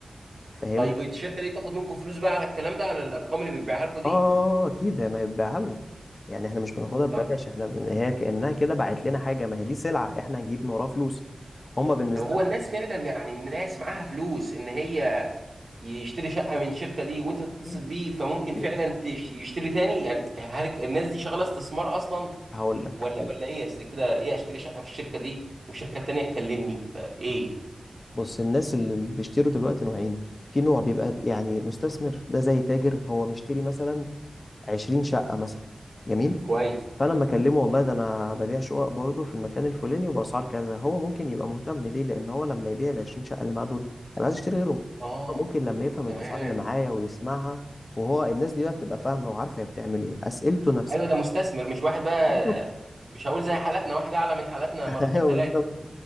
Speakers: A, on the left; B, on the right.
A: فاهمني
B: طيب الشركه دي بتاخد منكم فلوس بقى على الكلام ده على الارقام اللي بيبيعها لكم دي
A: اه اكيد ما هي بتبيعها لنا يعني احنا مش بناخدها ببلاش
B: طب
A: احنا بن... هي كانها كده باعت لنا حاجه ما هي دي سلعه احنا هنجيب من وراها فلوس هم بالنسبه
B: طب هو الناس فعلا يعني الناس معاها فلوس ان هي يشتري شقة من الشركة دي وانت تتصل
A: لهم
B: بيه فممكن فعلا
A: إيه؟
B: تش- يشتري تاني يعني هل الناس دي شغالة استثمار اصلا
A: هقول لك
B: ولا ولا ايه اصل كده ايه اشتري شقة في الشركة دي والشركة التانية تكلمني فايه
A: بص الناس اللي اللي بيشتروا دلوقتي نوعين في نوع بيبقى يعني مستثمر ده زي تاجر هو مشتري مثلا 20 شقة مثلا جميل
B: كويس
A: فانا لما اكلمه والله ده انا ببيع شقق برضه في المكان الفلاني وباسعار كذا هو ممكن يبقى مهتم ليه لان هو لما يبيع ال 20 شقة اللي معاه دول هيبقى عايز يشتري غيرهم
B: اه
A: فممكن لما يفهم
B: تمام
A: الاسعار اللي معايا ويسمعها وهو الناس دي بقى بتبقى فاهمة وعارفة هي بتعمل ايه اسئلته نفسها
B: ايوه ده مستثمر مش واحد بقى
A: بالظبط
B: مش هقول زي حالاتنا واحد اعلى من حالاتنا
A: <laughs>
B: مرتين ثلاثة